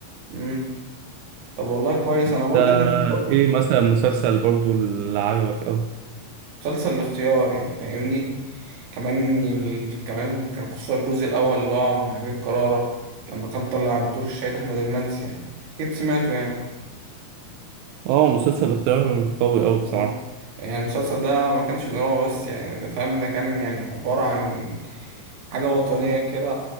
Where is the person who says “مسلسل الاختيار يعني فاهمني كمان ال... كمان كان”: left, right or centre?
Right